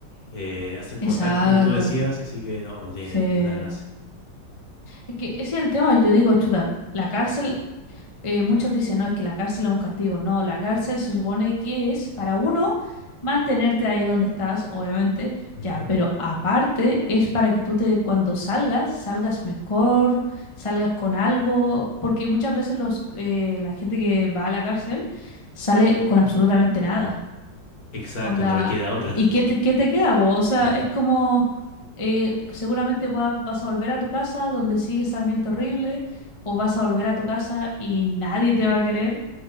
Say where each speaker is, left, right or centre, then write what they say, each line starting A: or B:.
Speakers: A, on the left; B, on the left.
A: eh, hacer
B: exacto.
A: contactos, como tú decías, así que no, no tiene
B: Sí.
A: ninguna gracia.
B: Es que ese es el tema, yo digo, chuta, la cárcel eh, muchos dicen, no, es que la cárcel es un castigo. No, la cárcel se supone que es para uno mantenerte ahí donde estás, obviamente,
A: Ujú.
B: ya, pero aparte es para que tú te, cuando salgas, salgas mejor, salgas con algo, porque muchas veces los, eh, la gente que va a la cárcel sale con absolutamente nada.
A: Exacto,
B: Onda,
A: no le queda otra.
B: ¿y qué te, qué te queda vos? O sea,
A: <laughs> Sí, bueno.
B: es como, eh, seguramente va- vas a volver a tu casa donde sigue ese ambiente horrible, o vas a volver a tu casa y nadie te va a querer.